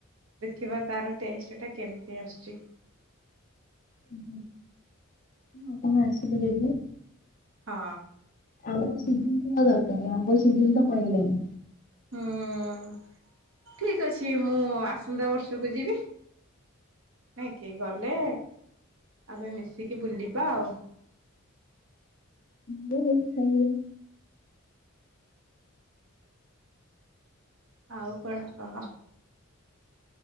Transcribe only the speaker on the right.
ଦେଖିବା ତାର ଟେଷ୍ଟ ଟା କେମିତି ଆସୁଚି?
ହଁ।
ହୁଁ, ଠିକ ଅଛି ମୁଁ ଆସନ୍ତା ବର୍ଷକୁ ଯିବି। ନାଇକି ଗଲେ ଆମେ ମିଶିକି ବୁଲିବା ଆଉ।
ଆଉ କଣ କହ?